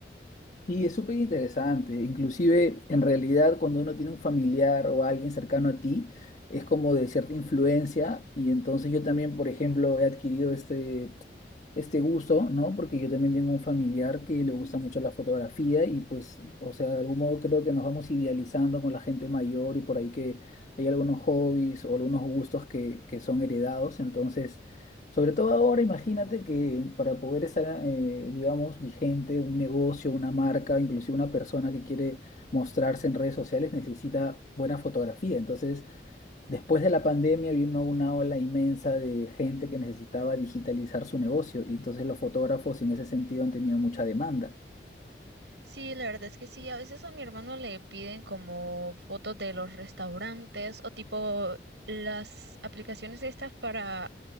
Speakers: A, on the left; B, on the right.
A: Y es súper interesante, inclusive en realidad cuando uno tiene un familiar o alguien cercano a ti, es como de cierta influencia y entonces yo también, por ejemplo, he adquirido esta este gusto, ¿no? Porque yo también tengo un familiar que le gusta mucho la fotografía y pues, o sea, de algún modo creo que nos vamos idealizando con la gente mayor y por ahí que hay algunos hobbies o algunos gustos que, que son heredados. Entonces, sobre todo ahora, imagínate que para poder estar, eh, digamos, vigente un negocio, una marca, inclusive una persona que quiere mostrarse en redes sociales necesita buena fotografía. Entonces, Después de la pandemia vino una ola inmensa de gente que necesitaba digitalizar su negocio y entonces los fotógrafos en ese sentido han tenido mucha demanda.
B: Sí, la verdad es que sí. A veces a mi hermano le piden como fotos de los restaurantes o tipo las aplicaciones estas para